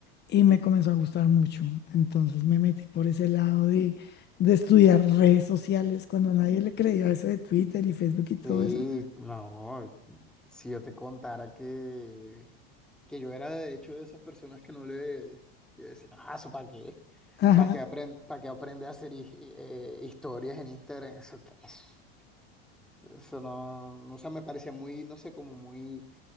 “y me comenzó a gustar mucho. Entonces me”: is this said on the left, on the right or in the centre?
Left